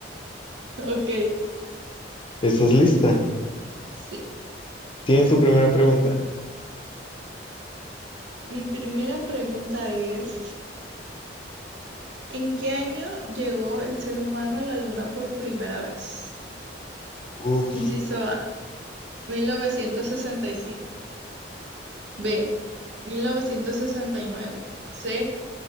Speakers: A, on the right; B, on the left.
A: ok,
B: ¿Estás lista?
A: sí.
B: Tienes tu primera pregunta.
A: Mi primera pregunta es, ¿en qué año llegó el ser humano a la luna por primera vez?
B: Uf,
A: Inciso A, 1965. B, 1969. C,